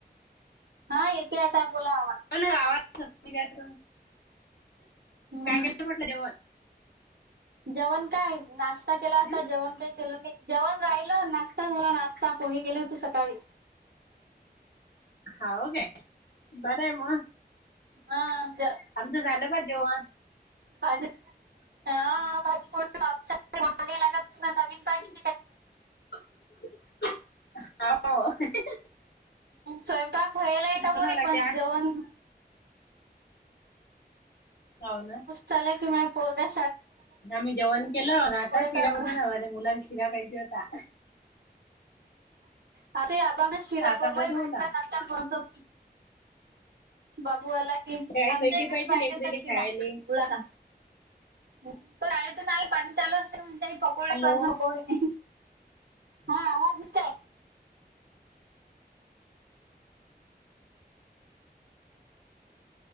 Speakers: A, on the right; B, on the left.
A: <unintelligible> हा येते आता, बोला
B: गावा म्हणज
A: हम्म
B: काय केलं म्हटलं जवण <unintelligible>
A: जेवण काय, नाश्ता केला होता.
B: हं?
A: जेवण काय केलं नाही. जेवण राहिलं, नाश्ता झाला नाश्ता पोहे केले होते सकाळी.
B: हो काय, बरय म
A: हा ज
B: आमचं झालं बा जेवण.
A: भाजी हा भाजीली लागत नवीन पाहिजे
B: हा
A: <unintelligible>
B: <unintelligible>
A: स्वयंपाक व्हायला आहे का
B: बनवा
A: बरी
B: लागते
A: पण
B: आ.
A: जेवण
B: होव ना
A: चला की म पोरग
B: आम्ही जेवण केलं ना आता शिरा
A: करा.
B: बनून माझ्या मुलाला शिरा पाहिजे होता
A: आता शिरा
B: आता
A: बन
B: बनवला
A: म्हटल्या नंतर बतो बाबू आला कि
B: काय
A: आमच्याही
B: कैकी
A: घरी
B: पाहिजे
A: पाहिज
B: लेकरेले
A: तशी
B: खायले
A: ना गुळाला शाळेत नाही पाणी चालू असते म काही पकवडे
B: हॅलो
A: कर पकवडे हा आज काय